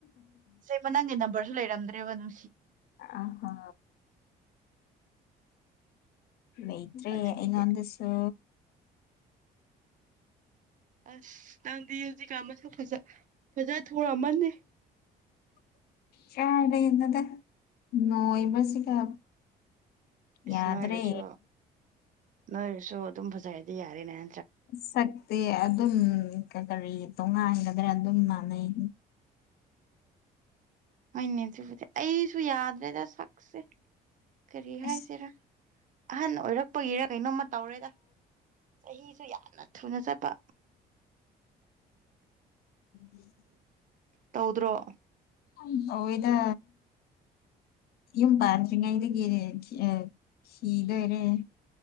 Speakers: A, on the right (about 50°); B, on the left (about 65°).
A: ꯆꯦꯒ ꯅꯪꯒꯤ ꯅꯝꯕꯔꯖꯨ ꯂꯩꯔꯝꯗ꯭ꯔꯦꯕ ꯅ
B: ꯑꯥ ꯍꯥ ꯂꯩꯇ꯭ꯔꯦ
A: ꯑꯗꯨꯒꯤꯗꯤ
B: ꯑꯩꯉꯣꯟꯗꯁꯨ
A: ꯑꯁ ꯅꯪꯗꯤ ꯍꯧꯖꯤꯛꯀꯥꯟ ꯃꯁꯛ ꯐꯖ ꯐꯖ ꯊꯣꯔꯛꯑꯃꯅꯤ
B: ꯀꯥꯏꯗꯩꯅꯣꯗꯥ ꯅꯣꯏꯕꯁꯤꯒꯥ
A: ꯑꯁ
B: ꯌꯥꯗ꯭ꯔꯦ
A: ꯅꯣꯏꯔꯁꯨ ꯅꯣꯏꯔꯁꯨ ꯑꯗꯨꯝ ꯐꯖꯔꯗꯤ ꯌꯥꯔꯦꯅꯦ
B: ꯁꯛꯇꯤ ꯑꯗꯨꯝ ꯀꯔꯤ ꯇꯣꯉꯥꯟꯒꯗ꯭ꯔꯥ ꯑꯗꯨꯝ ꯃꯥꯟꯅꯩ
A: ꯍꯣꯏꯅꯦ ꯑꯗꯨꯕꯨꯗꯤ ꯑꯩꯁꯨ ꯌꯥꯗ꯭ꯔꯦꯗ ꯁꯛꯁꯦ ꯀꯔꯤ
B: ꯑꯁ
A: ꯍꯥꯏꯁꯤꯔ ꯑꯍꯟ ꯑꯣꯏꯔꯛꯄꯒꯤꯔꯥ ꯀꯩꯅꯣꯝꯃ ꯇꯧꯔꯦꯗꯥ ꯆꯍꯤꯁꯨ ꯌꯥꯝꯅ ꯊꯨꯅ ꯆꯠꯄ
B: <unintelligible>
A: ꯇꯧꯗ꯭ꯔꯣ
B: ꯑꯩ ꯍꯣꯏꯗꯥ ꯌꯨꯝ ꯄꯥꯟꯗ꯭ꯔꯤꯉꯩꯗꯒꯤ ꯊꯤ ꯑꯥ ꯊꯤꯗꯣꯏꯔꯦ